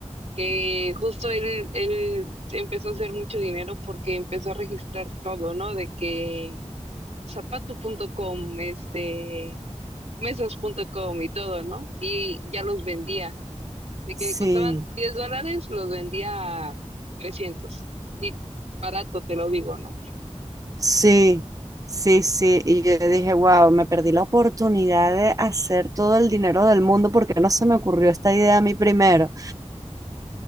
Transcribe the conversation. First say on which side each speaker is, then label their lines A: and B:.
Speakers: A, on the right (about 65°); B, on the right (about 30°).
A: que justo él, él empezó a hacer mucho dinero porque empezó a registrar todo, ¿no? De que zapato punto com, este, mesas punto com y todo, ¿no? Y ya los vendía. de
B: Sí,
A: que costaban 10 dólares, los vendía a 300. Y barato, te lo digo, ¿no?
B: sí, sí, sí. Y yo dije, wow, me perdí la oportunidad de hacer todo el dinero del mundo porque no se me ocurrió esta idea a mí primero.